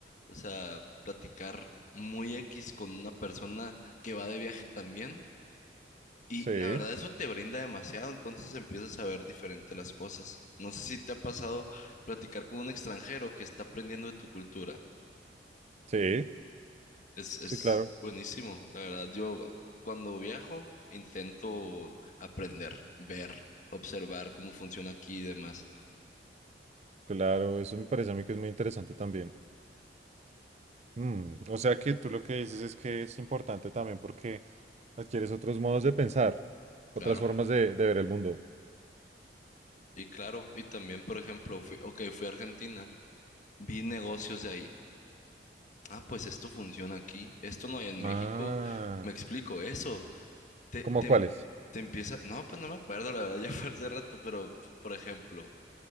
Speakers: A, on the left; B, on the right.
A: o sea, platicar muy X con una persona que va de viaje también. Y
B: sí,
A: la verdad, eso te brinda demasiado, entonces empiezas a ver diferente las cosas. No sé si te ha pasado platicar con un extranjero que está aprendiendo de tu cultura.
B: sí,
A: Es, es
B: sí, claro,
A: buenísimo, la verdad. Yo cuando viajo intento aprender, ver, observar cómo funciona aquí y demás.
B: claro, eso me parece a mí que es muy interesante también. Mm, o sea que tú lo que dices es que es importante también porque adquieres otros modos de pensar, otras
A: Claro,
B: formas de, de ver el mundo.
A: y claro, y también, por ejemplo, fui, ok, fui a Argentina, vi negocios de ahí. Ah, pues esto funciona aquí, esto no hay en
B: Ah,
A: México. Me explico eso. Te,
B: ¿cómo
A: te, em-
B: cuáles?
A: te empieza, no, pues no me acuerdo, la verdad, <laughs> ya fue hace rato, pero, por ejemplo,